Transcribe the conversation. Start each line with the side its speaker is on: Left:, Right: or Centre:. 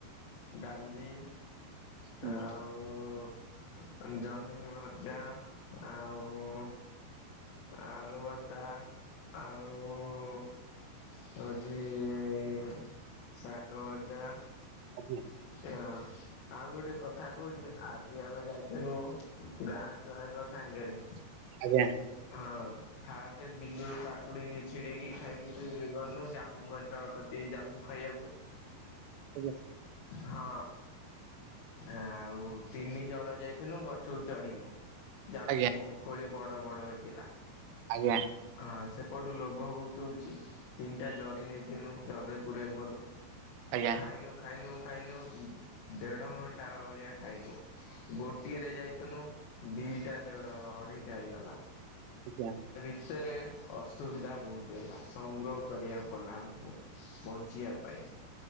Left: ଡାଲି
Right: ହୁଁ,
Left: ଆଉ ଜହ୍ନି ଭଜା, ଆଉ ଆଳୁ ଭର୍ତା, ଆଉ ହଉଚି ଇ ଇ ଶାଗ ଭଜା।
Right: ଆଜ୍ଞା।
Left: <unintelligible> ଆଉ ଗୋଟେ କଥା କହୁଚି ଆଜି ଆମେ ଯାଇଥିଲୁ ଗାଁ ଛୁଆଙ୍କ ସାଙ୍ଗେରେ
Right: ଆଜ୍ଞା।
Left: ହଁ। ଫାଷ୍ଟ ବିଲରୁ କାକୁଡି ଛିଡେଇକି ଖାଇକି ଗଲୁ। ଜାମୁ ଗଛ ସେଇ ଜାମୁ ଖାଇବାକୁ।
Right: <unintelligible>
Left: ହଁ। ଆଉ ତିନି ଜଣ ଯାଇଥିଲୁ ଗଛକୁ ଚଢିଲୁ। ଜାମୁ
Right: ଆଜ୍ଞା
Left: କୋଳି ବଡ ବଡ ହେଇଥିଲା।
Right: ଆଜ୍ଞା।
Left: ହଁ। ସେପଟୁ ଲୋଭ ବହୁତୁ ହଉଚି। ତିନିଟା ଜରି ନେଇଥିନୁ, ଜରିରେ ପୁରେଇମୁ ବୋଲି
Right: ଆଜ୍ଞା
Left: ଖାଇନୁ। ଖାଇନୁ ଖାଇନୁ ଦେଢ ଘଣ୍ଟା ଭଳିଆ ଖାଇନୁ। ଗୋଟିଏରେ ଯାଇଥିନୁ ଦିଟା ଦେଢ଼ ଅଢେଇଟା ହେଇଗଲା।
Right: ଆଜ୍ଞା।
Left: <unintelligible> ରେ ଅସୁବିଧା ବହୁତ ହେଲା ସଂଗ୍ରହ କରିବାକୁ ପଡିଲା ଆମକୁ। ବନ୍ ବଞ୍ଚିଆ ପାଇଁ।